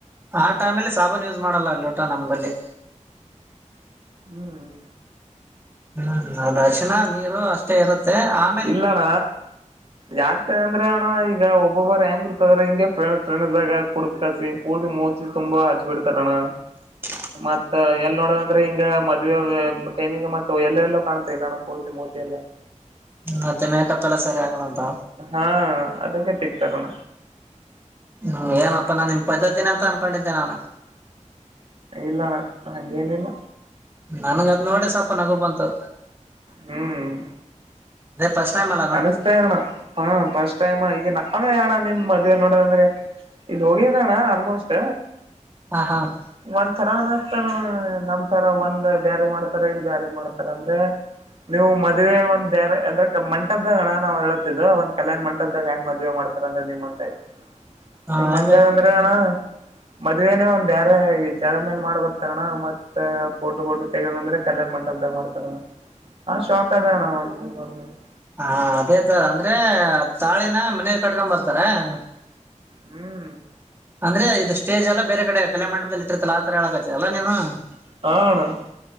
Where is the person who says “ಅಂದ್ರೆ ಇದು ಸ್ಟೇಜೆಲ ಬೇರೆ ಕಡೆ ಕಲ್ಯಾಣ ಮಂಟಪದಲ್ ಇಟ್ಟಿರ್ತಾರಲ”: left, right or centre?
Right